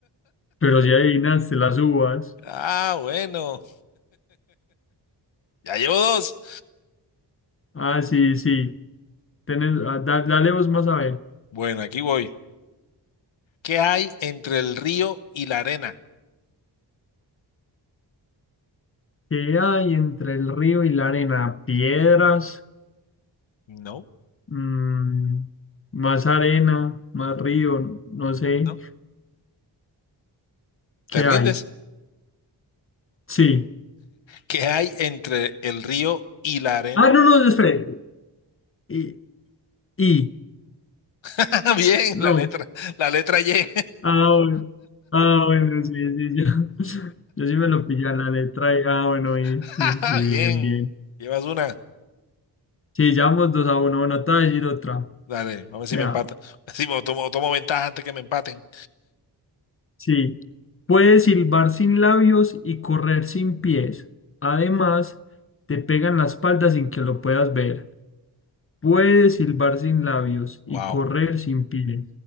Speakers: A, on the left; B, on the left.
A: Pero si adivinaste las uvas.
B: Ah, bueno, ya llevo dos.
A: Ah, sí, sí. Tenés, ah, da- dale vos más a ver.
B: Bueno, aquí voy. ¿Qué hay entre el río y la arena?
A: ¿Qué hay entre el río y la arena? Piedras,
B: No,
A: mm, más arena, más
B: mm,
A: río, no sé.
B: no,
A: ¿Qué
B: ¿te rindes?
A: hay? Sí.
B: ¿Qué hay entre el río y la arena?
A: Ah, no,
B: <laughs>
A: no, espere. Y, y,
B: Ah, bien,
A: no.
B: la letra, la letra Y.
A: Ah, bueno. Ah, bueno, sí, sí, yo, <laughs> yo sí me lo pillé a la letra. y- ah, bueno, y,
B: <laughs>
A: y- y bien,
B: Bien,
A: bien.
B: llevas una.
A: Sí, llevamos dos a uno. Bueno, te voy a decir otra.
B: Dale, a ver si
A: Vea,
B: me empata. <laughs> Si tomo, tomo ventaja antes que me empaten.
A: Sí, puedes silbar sin labios y correr sin pies. Además, te pegan la espalda sin que lo puedas ver. Puedes silbar sin labios
B: Wow.
A: y correr sin pies.